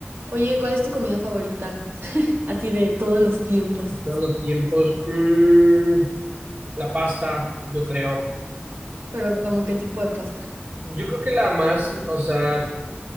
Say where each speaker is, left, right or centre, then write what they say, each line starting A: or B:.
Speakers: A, on the right; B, on the right.
A: Oye, ¿cuál es tu comida favorita? <laughs> Así de todos los tiempos.
B: de todos los tiempos. mm, la pasta, yo creo.
A: Pero como qué tipo de pasta.
B: Yo creo que la más, o sea,